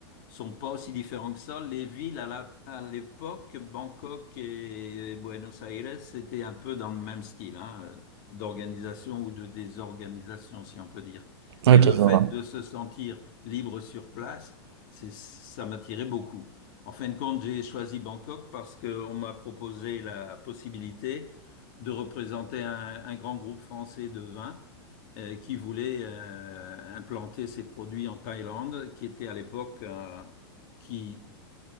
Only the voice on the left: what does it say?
sont pas aussi différents que ça. Les villes à la- à l'époque, Bangkok et Buenos Aires, c'était un peu dans le même style, hein, d'organisation ou de désorganisation, si on peut dire. Mais
le
fait
de se sentir libre sur place, c'est, ça m'attirait beaucoup. En fin de compte, j'ai choisi Bangkok parce qu'on m'a proposé la possibilité de représenter un, un grand groupe français de vin euh, qui voulait euh, implanter ses produits en Thaïlande, qui était à l'époque euh, qui